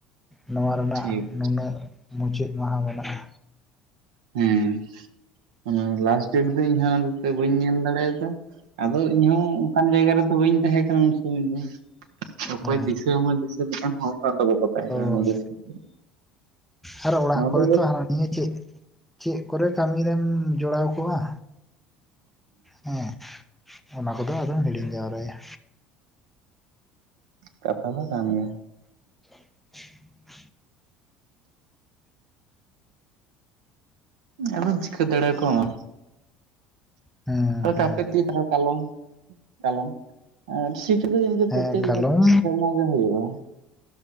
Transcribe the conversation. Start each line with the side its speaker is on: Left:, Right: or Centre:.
Centre: ᱱᱚᱣᱟ ᱨᱮᱱᱟᱜ
Right: ᱴᱷᱤᱠ
Centre: ᱱᱩᱱᱟᱹᱜ ᱢᱩᱪᱟᱹᱫ ᱢᱟᱦᱟ ᱢᱮᱱᱟᱜ-ᱟ
Right: ᱦᱮᱸ ᱚᱱᱟ ᱞᱟᱥᱴ ᱰᱮᱴ ᱫᱚ ᱤᱧ ᱦᱚᱸ ᱟᱫᱚ ᱛᱚ ᱵᱟᱹᱧ ᱧᱮᱞ ᱫᱟᱲᱮᱭᱟᱫᱟ ᱟᱫᱚ ᱤᱧ ᱦᱚᱸ ᱚᱱᱠᱟᱱ ᱡᱟᱭᱜᱟ ᱨᱮᱫᱚ ᱵᱟᱹᱧ ᱛᱟᱦᱮᱸ ᱠᱟᱱᱟ ᱩᱱ ᱥᱚᱢᱚᱭ ᱫᱚ ᱚᱠᱚᱭ
Centre: ᱦᱮᱸ
Right: ᱫᱤᱥᱟᱹ ᱟᱢᱟ ᱫᱤᱥᱟᱹ ᱞᱮᱠᱟᱱ ᱦᱚᱲ ᱦᱚᱸ ᱟᱫᱚ ᱵᱟᱠᱚ ᱛᱟᱦᱮᱸ
Centre: ᱦᱳᱭ
Right: ᱠᱟᱱᱟ ᱱᱤᱡᱮ ᱥᱚᱢᱚᱭ
Centre: ᱟᱨ ᱚᱲᱟᱜ ᱠᱚᱨᱮ
Right: ᱫᱚ
Centre: ᱛᱚ ᱦᱟᱱᱟ ᱱᱤᱭᱟᱹ ᱪᱮᱫ ᱪᱮᱫ ᱠᱚᱨᱮ ᱠᱟᱹᱢᱤ ᱨᱮᱢ ᱡᱚᱲᱟᱣ ᱠᱚᱣᱟ ᱦᱮᱸ ᱚᱱᱟ ᱠᱚᱫᱚ ᱟᱫᱚᱢ ᱦᱤᱲᱤᱧ ᱡᱟᱣᱨᱟ ᱭᱟ᱾
Right: ᱠᱟᱛᱷᱟ ᱫᱚ ᱠᱟᱱ ᱜᱮᱭᱟ᱾
Centre: <inaudible>
Right: ᱟᱫᱚᱢ ᱪᱤᱠᱟᱹ ᱫᱟᱲᱮᱭ ᱠᱚᱣ‌ᱢᱟ᱾
Centre: ᱦᱮᱸ᱾
Right: ᱟᱫᱚ
Centre: ᱦᱮᱸ
Right: ᱛᱟᱨᱯᱮ ᱛᱤᱥ ᱦᱟᱸᱜ ᱠᱟᱞᱚᱢ ᱠᱟᱞᱚᱢ᱾ ᱟᱨ ᱥᱤᱴᱤ ᱫᱚ ᱡᱮ
Centre: ᱦᱮᱸ
Right: ᱯᱚᱨᱛᱮᱠ
Centre: ᱠᱟᱞᱚᱢ
Right: ᱵᱚᱪᱷ ᱥᱮᱨᱢᱟ ᱜᱮ ᱦᱩᱭᱩᱜ-ᱟ᱾